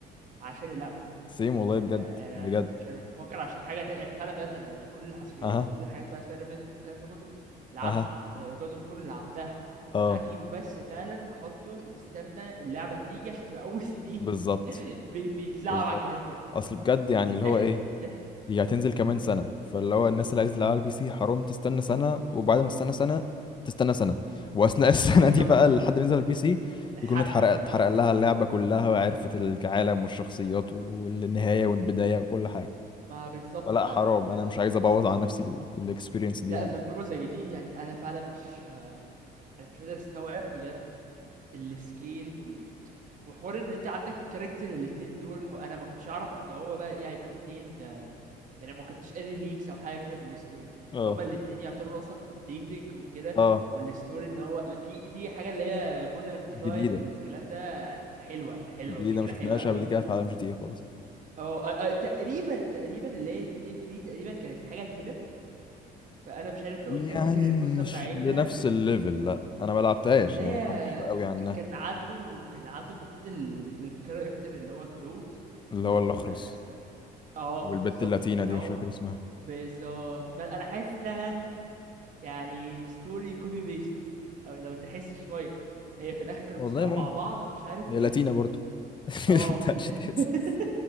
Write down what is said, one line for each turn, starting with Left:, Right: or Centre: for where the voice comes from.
Right: عشان اللعبه
Left: سيم والله
Right: يعني
Left: بجد
Right: انا
Left: بجد
Right: أنا م- مش انا مش بفكر عشان حاجه تانية يعني فعلا بجد انا يعني كل الحصريات
Left: اها
Right: وكل الحاجات بقى سبايدر مان 2 والكلام ده كله لعبته
Left: اها
Right: جاد اوف وور لعبتها
Left: اه
Right: انا هجيبه بس فعلا احطه يستنى اللعبه تيجي عشان تبقى <laughs> اول سي دي
Left: بالظبط
Right: <laughs> بي- بيتلعب
Left: بالظبط
Right: على الجهاز ده.
Left: اصل بجد يعني
Right: قلت يستاهل
Left: اللي هو ايه
Right: يستاهل
Left: هي هتنزل كمان سنة فاللي هو الناس اللي عايزة تلعبها على البي سي حرام تستنى سنة وبعد ما تستنى سنة تستنى سنة وأثناء <laughs> السنة
Right: بالظبط
Left: دي بقى لحد ما ينزل على البي سي
Right: الحرق
Left: يكون اتحرق
Right: الحرق
Left: اتحرق لها اللعبة كلها وعرفت العالم والشخصيات والنهاية والبداية وكل حاجة
Right: ما بالظبط
Left: فلا
Right: فعلا
Left: حرام
Right: يعني
Left: أنا
Right: آه،
Left: مش عايز أبوظ على نفسي الإكسبيرينس دي
Right: لا
Left: يعني
Right: تجربة زي دي يعني انا فعلا مش آه، انا مش قادر استوعب بجد السكيل وال... وحوار ان انت عندك الكاركتر الاتنين دول حو... انا ما كنتش اعرف ان هو بقى ايه هيبقوا اتنين آه، يعني ما كنتش قاري ليكس او حاجه كده من الستوري
Left: اه
Right: فهما الاتنين يعتبروا اصلا من ديتنج وكده
Left: اه
Right: والستوري ان هو لا دي دي حاجه اللي هي بوني اند
Left: جديدة
Right: كلايد والكلام ده حلوه حلوه
Left: جديدة
Right: فكره
Left: ما شفناهاش
Right: حلوه قوي
Left: قبل كده في عالم جي تي اي خالص
Right: اه آه، آه، تقريبا تقريبا اللي هي جي تي 3 تقريبا كانت حاجه كده فانا مش عارف لو
Left: يعني
Right: انت فاكر القصه
Left: مش
Right: بتاعتها
Left: لنفس الليفل لا أنا ما لعبتهاش
Right: اللي
Left: يعني
Right: هي
Left: ما أعرفش قوي عنها
Right: ك- كان عنده كان عنده المفروض ال- الكاركتر اللي هو كلود
Left: اللي هو
Right: كان
Left: الأخرس
Right: س- اه
Left: والبت
Right: بالظبط
Left: اللاتينة
Right: كان
Left: دي
Right: اهو
Left: مش فاكر اسمها
Right: بالظبط فأنا- انا حاسس انها يعني ستوري كوبي بيست او لو تحس شويه هي في الاخر كانوا
Left: والله
Right: بيسرقوا
Left: ممكن
Right: مع بعض ومش عارف
Left: هي
Right: ايه
Left: لاتينا برضو <laughs>
Right: اه
Left: بتاع
Right: في ال...
Left: جي تي اس
Right: <laughs>
Left: ستة.